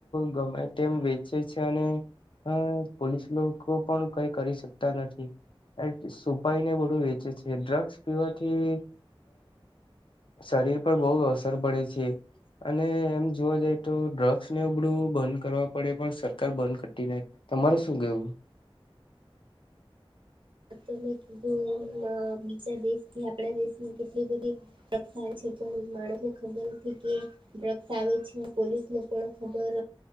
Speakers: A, on the left (about 60°); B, on the right (about 60°).
A: ગમે એમ વેચે છે, અને હ, પોલીસ લોકો પણ કઈ કરી શકતા નથી. એટ સુપાઈને બધું વેચે છે, ડ્રગ્સ પીવાથી શરીર પર બહુ અસર પડે છે. અને એમ જોવા જાય તો ડ્રગ્સને ઉબડું બંધ કરવા પડે પણ સરકાર બંધ કરતી નથી. તમારે શું ગવું
B: ત મેને કીધું બીજા દેશ થી આપણા દેશની કેટલી બધી થાય છે. પણ માણસને ખબર નથી કે ડ્રગ્સ આવે છે, પોલીસ ને પણ ખબર